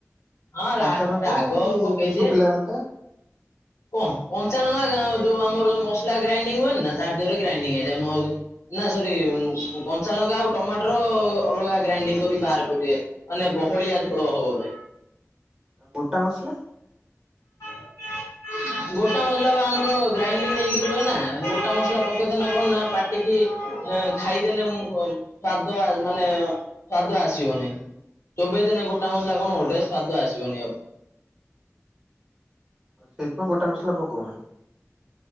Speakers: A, on the left (about 75°); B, on the right (about 15°).
A: ହଁ ରା
B: କଞ୍ଚାଲଙ୍କା
A: ରାଗ
B: କି
A: ପକେଇଦିଏ।
B: ଶୁଖିଲା ଲଙ୍କା
A: କଣ କଞ୍ଚାଲଙ୍କା ଯୋଉ ଆମର ଯ ମଲା ଗ୍ରାଇଣ୍ଡି ହୁଏନି ନା ତାର ଦେହରେ ଗ୍ରାଇଣ୍ଡିଙ୍ଗ ହେଇଯାଏ ମ ଆ ନା ସରି କଞ୍ଚାଲଙ୍କା ଆଉ ଟମାଟର ଅଲଗା ଗ୍ରାଇଣ୍ଡିଙ୍ଗ କରି ବାହାର କରିଦିଏ। ମାନେ ବହଳିଆ ଝୋଳ ହବ ଭାଇ।
B: ଆଉ ଗୋଟା ମସଲା
A: <inaudible> ଗୋଟା ମସଲା ବା ଆମର ଗ୍ରାଇଣ୍ଡିଂ ହେଇକି ରୁହେ ନା ଗୋଟା ମସଲା ପକ୍ଷେଦ ନା କଣ ନା ପାଟିକି ହଁ ଖାଇଦେଲେ ସ୍ଵାଦ ଆ ମାନେ ସ୍ଵାଦ ଆସିବନି। ଚୋବେଇ ଦିନ ଗୋଟା ମସଲା କଣ ଗୋଟେ ସ୍ଵାଦ ଆସିବନି ଆଉ।
B: ଆଉ ସେଇଥିପଁ ଗୋଟେ ମସଲା ପକଉନ।